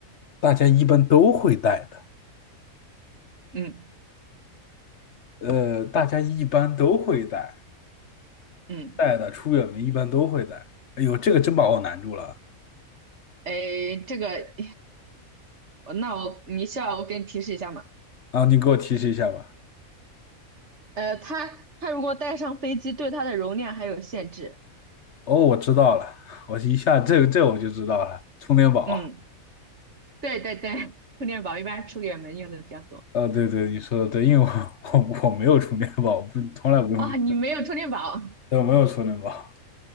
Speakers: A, on the left (about 55°); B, on the right (about 55°).
A: 大家一般都会带的。
B: 嗯
A: 呃，大家一般都会带，
B: 嗯，
A: 带的出远门一般都会带。哎呦，这个真把我难住了。
B: 诶，这个，那我你需要我给你提示一下吗？
A: 啊，你给我提示一下吧。
B: 呃，它它如果带上飞机，对它的容量还有限制。
A: 哦，我知道了，我一下这这我就知道了，充电宝。
B: 嗯，对对对，充电宝一般出远门用的比较多
A: 啊，对对，你说的对，因为我 <laughs> 我我没有充电宝，不从来不用，
B: 啊。你没有充电宝，
A: 对，我没有充电宝。